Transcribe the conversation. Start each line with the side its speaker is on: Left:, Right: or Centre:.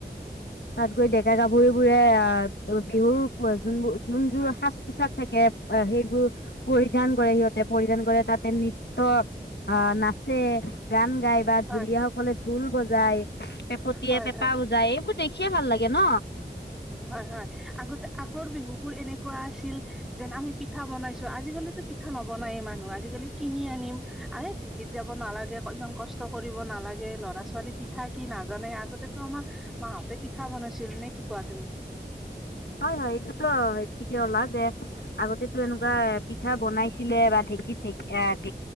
Left: তাত গৈ ডেকা-গাভৰু বোৰে আ, বিহুৰ যোনবোৰ যোনযোৰ
Centre: হয়
Left: সাজ- পোছাক থাক কে সেইবোৰ পৰিধান কৰে সিহঁতে পৰিধান কৰে তাতে নিত্য আ নাচে গান গাই বা ঢুলীয়া
Centre: হয়
Left: সকলে ঢোল বজায় পেপতিয়ে
Centre: হয়
Left: পেপা
Centre: হয়
Left: উজাই এইবোৰ দেখিয়ে ভাল লাগে ন'।
Centre: হয়-হয় আগতে আগৰ বিহু বোৰ এনেকুৱা আছিল যেন আমি পিঠা বনাইছো আজিকালিতো পিঠা নবনায়ে মানুহ আজিকালি কিনি আনিম আৰে ঢেঁকীত যাব ক'ব নালাগে ইমান কষ্ট কৰিব নালাগে ল'ৰা- ছোৱালী পিঠাই কি নাজানে আগতেতো আমাৰ মাহত তাতে পিঠা বনাইছিল নে কি কোৱা তুমি?
Left: হয় হয় এইটোতো ঠিকে ওলা যে আগতে এনেকুৱা পিঠা বনাইছিলে বা থি থ আহ থ